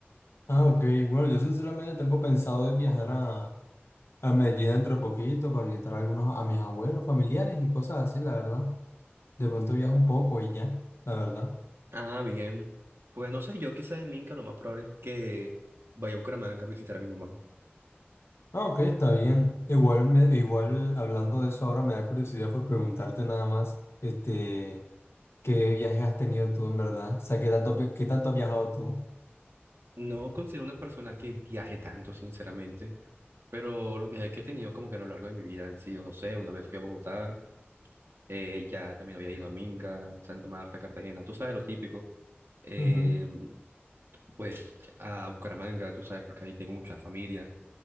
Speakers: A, on the left; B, on the right.
A: Ah, ok. Bueno, yo sinceramente tengo pensado de viajar a, a Medellín dentro de poquito para visitar a algunos, a mis abuelos, familiares y cosas así, la verdad. De pronto viajo un poco y ya, la verdad.
B: Ah, bien. Pues no sé, yo quizá de Minca lo más probable es que vaya a Bucaramanga a visitar a mi mamá.
A: Ah, ok, está bien. Igual, me, igual hablando de eso ahora me da curiosidad por preguntarte nada más, este, ¿qué viajes has tenido tú en verdad? O sea, ¿qué tanto, vi- qué tanto has viajado tú?
B: No considero una persona que viaje tanto, sinceramente, pero los viajes que he tenido como que a lo largo de mi vida han sido, no sé, una vez fui a Bogotá. Eh, ya también había ido a Minca, Santa Marta, Cartagena, tú sabes lo típico. Eh,
A: Ujú.
B: pues a Bucaramanga, tú sabes, porque ahí tengo mucha familia.